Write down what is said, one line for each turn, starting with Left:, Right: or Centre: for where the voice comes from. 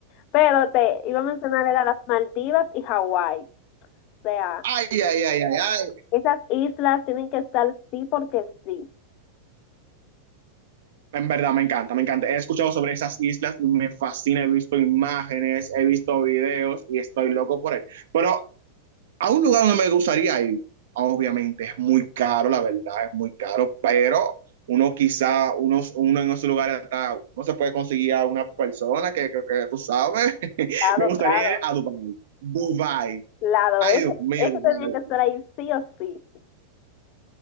Left: Pero te iba a mencionar, era las Maldivas y Hawái. O sea,
Right: Ay, ay, ay, ay, ay,
Left: esas islas tienen que estar sí porque sí.
Right: En verdad, me encanta, me encanta. He escuchado sobre esas islas, y me fascina, he visto imágenes, he visto videos y estoy loco por ahí. Pero a un lugar donde me gustaría ir, obviamente es muy caro, la verdad, es muy caro, pero uno quizá, unos, uno en esos lugares hasta no se puede conseguir a una persona que, que, que tú sabes. <laughs>
Left: Claro,
Right: me gustaría
Left: claro.
Right: ir a Dubái. Dubái.
Left: Claro,
Right: Ay,
Left: eso,
Right: Dios mío,
Left: eso
Right: Dubái.
Left: tenía que estar ahí sí o sí.